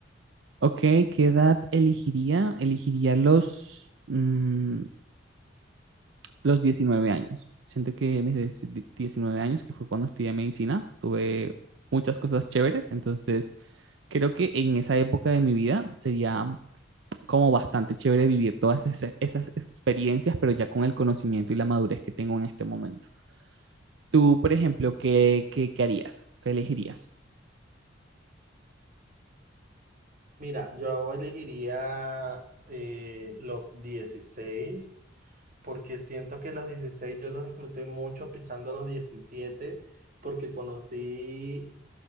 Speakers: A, on the right; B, on the right.
A: Ok, ¿qué edad elegiría? Elegiría los, mm, los 19 años. Siento que mis dieci- die- 19 años, que fue cuando estudié medicina, tuve muchas cosas chéveres, entonces creo que en esa época de mi vida sería como bastante chévere vivir todas esas, esas experiencias, pero ya con el conocimiento y la madurez que tengo en este momento. Tú, por ejemplo, ¿qué, qué, qué harías? ¿Qué elegirías?
B: Mira, yo elegiría eh, los 16, porque siento que los 16 yo los disfruté mucho pisando los 17, porque conocí